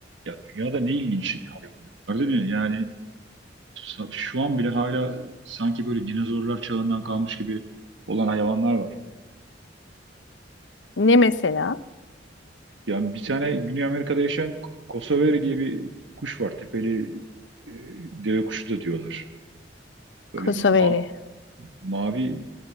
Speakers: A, on the right; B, on the left.
A: Ya dünyada ne ilginç hayvanlar var değil mi? Yani sa- şu an bile hala sanki böyle dinozorlar çağından kalmış gibi olan hayvanlar var.
B: Ne mesela?
A: Yani bir tane Güney Amerika'da yaşayan K- Kosovari diye bir kuş var. Tepeli e, deve kuşu da diyorlar. Böyle
B: Kosoveri.
A: ma mavi